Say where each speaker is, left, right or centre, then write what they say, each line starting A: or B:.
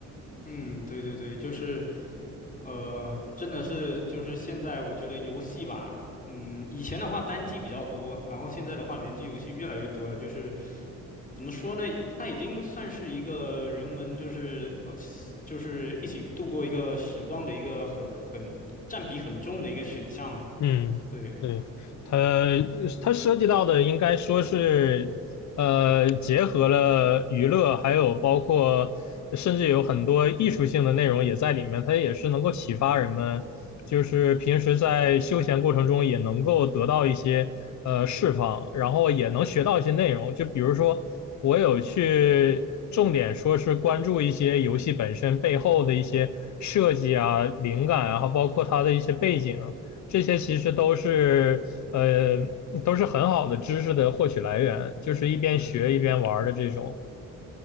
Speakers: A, on the left; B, on the left.
A: 嗯，对对对，就是。呃，真的是就是现在，我觉得游戏吧，嗯，以前的话单机比较多，然后现在的话联机游戏越来越多了。就是怎么说呢，它已经算是一个人们就是呃，就是一起度过一个时光的一个很很占比很重的一个选项了。
B: 嗯，
A: 对，
B: 对，它它涉及到的应该说是，呃，结合了娱乐，还有包括甚至有很多艺术性的内容也在里面，它也是能够启发人们，就是平时在休闲过程中也能够得到一些呃释放，然后也能学到一些内容。就比如说，我有去重点说是关注一些游戏本身背后的一些设计啊、灵感啊，然后包括它的一些背景。这些其实都是呃都是很好的知识的获取来源，就是一边学一边玩的这种。
A: 是是是。